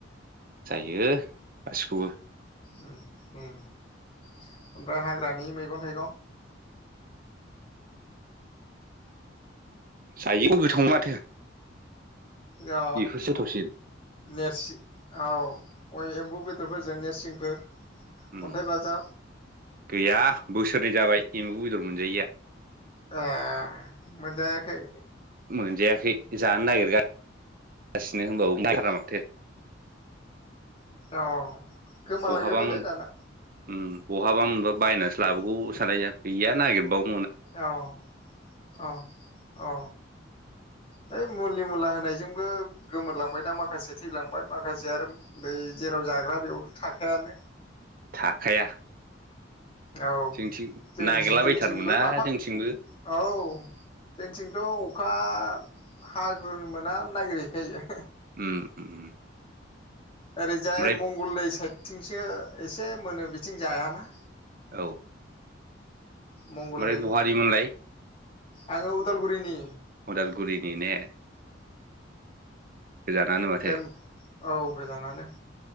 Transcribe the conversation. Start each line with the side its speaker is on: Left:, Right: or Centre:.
Right: जायो गासिखौबो।
Left: उ उ। ह दखनि मैगं - थाइगं
Right: जायोखौ गोथाव माथो।
Left: जा
Right: बेफोरसो थावसिन
Left: नेरसि औ एम्बु बेदरफोरजों नेरसिंफोर
Right: उम
Left: अन्थाइ बाजाब
Right: गैया बोसोरनै जाबाय एम्बु बेदर मोनजायैया
Left: ए मोनजाखै?
Right: मोनजायाखै। जानागिरगा गासिनो होनबावो <unintelligible>
Left: औ गोमालांजोब्बायलै
Right: बहाबामोन
Left: दाना
Right: उम बहाबामोनबा बायनासो लाबोगौ सानलायो आं गैया नागिरबावो
Left: औ -औ- औ हैओइ मुलि - मुला होनायजोंबो गोमोरलांबाय दा माखासे थैलांबाय माखासे आरो बै जेराव जाग्रा बेयावथ' थाखायानो
Right: थाखाया
Left: औ
Right: जोंथिं
Left: जों
Right: नागिरलाबायथारोमोनना
Left: जोंथिंबो माफा
Right: जोंथिंबो
Left: औ जोंथिंथ' अखा हाग्रोन मोना नागिरहैखायो
Right: उम उम
Left: ओरैजाय
Right: ओमफ्राय
Left: मंगलदै साइद थिंसो एसे मोनो बिथिं जायाना
Right: औ
Left: मंगल
Right: ओमफ्राय
Left: दै
Right: बहानिमोनलाय
Left: आङो उदालगुरिनि
Right: उदालगुरिनि ने <inaudible> माथो
Left: ओम औ गोजानानो